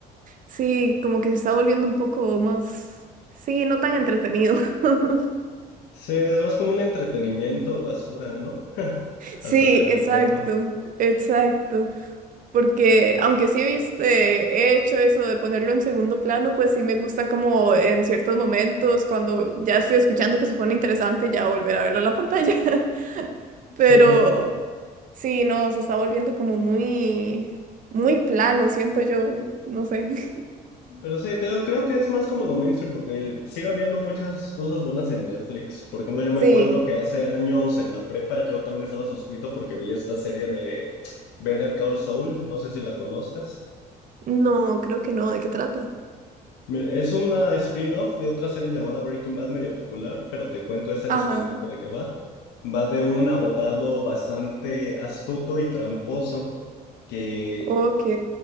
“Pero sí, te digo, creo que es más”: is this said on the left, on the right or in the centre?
Left